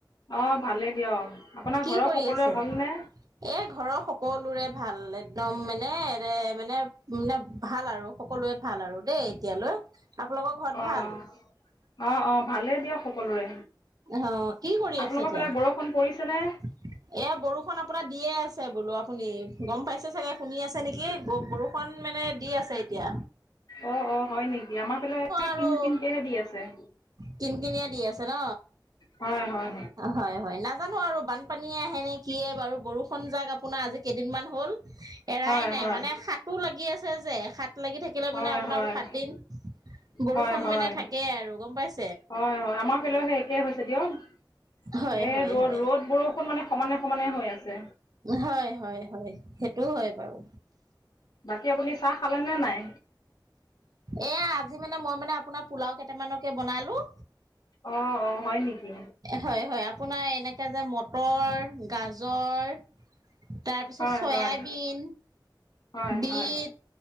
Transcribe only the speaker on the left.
অ' ভালে দিয়ক। আপোনাৰ
ঘৰৰ
সকলোৰে
ভালনে
অ'
অ' অ' ভালেই দিয়ক সকলোৰে।
আপোনালোকৰ
ফালে বৰষুণ পৰিছেনে
অ' অ' হয় নেকি আমাৰ ফালে
কিন কিনকেহে দি আছে।
হয় হয়
হয়
হয়
হয়
হয়
হয় হয়
হয় হয় আমাৰ ফেৰ সেই একেই হৈছে দিয়ক।
এ
ৰ'দ
ৰ'দ বৰষুণ মানে সমানে সমানে হৈ আছে।
বাকী আপুনি চাহ খালে নে নাই?
অ অ হয় নেকি
হয়
হয় হয়
হয়